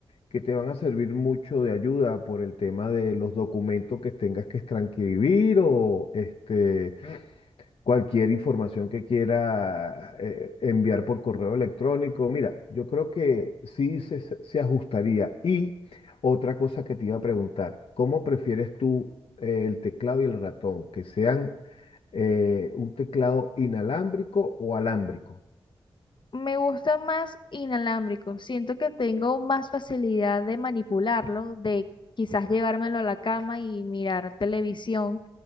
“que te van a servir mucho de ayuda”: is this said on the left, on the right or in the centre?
Left